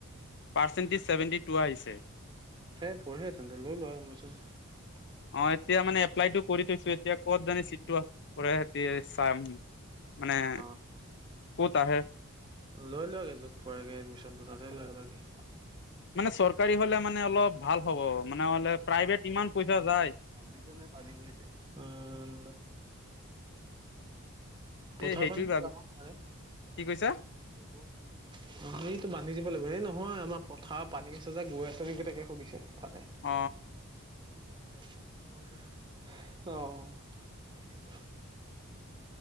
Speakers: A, on the left; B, on the right.
A: percentage seventy two আহিছে
B: সেই বঢ়িয়া তেন্তে লৈ লোৱা এডমিশ্যন <unintelligible>
A: অঁ! এতিয়া মানে এপ্লাইটো কৰি থৈছোঁ এতিয়া ক'ত জানি চি <unintelligible> কৰে সিহঁতি চাম মানে
B: হয় <unintelligible>
A: ক'ত আহে?
B: লৈ ল‌ওক য'ত <unintelligible> এডমিশনটো তাতে লৈ লোৱাগে।
A: মানে চৰকাৰী হ'লে মানে অলপ ভাল হ'ব মানে হ'লে প্ৰাইভেট কিমান পইচা
B: <unintelligible>
A: যায়
B: বান্ধিছে নে পানী গৈছে? উম। পথাৰ
A: এই সেইটোৱে
B: পানী
A: ভাবি
B: যাব পাৰে।
A: কি কৈছা
B: অঁ! এইটো বান্ধি দিব লাগিব। এই নহয় আমাৰ পথাৰ পানী আছে যে গৈ আছে নেকি তাকে সুধিছে তালে।
A: অ
B: <unintelligible> অঁ। <inaudible>